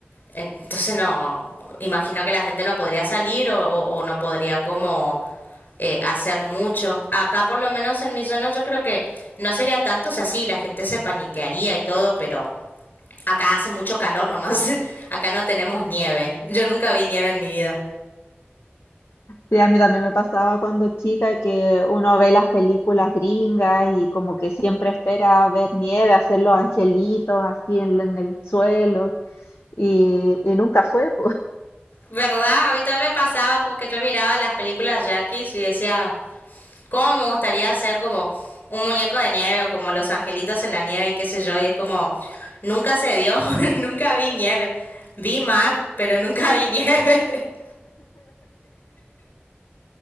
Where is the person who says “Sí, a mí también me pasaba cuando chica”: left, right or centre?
Left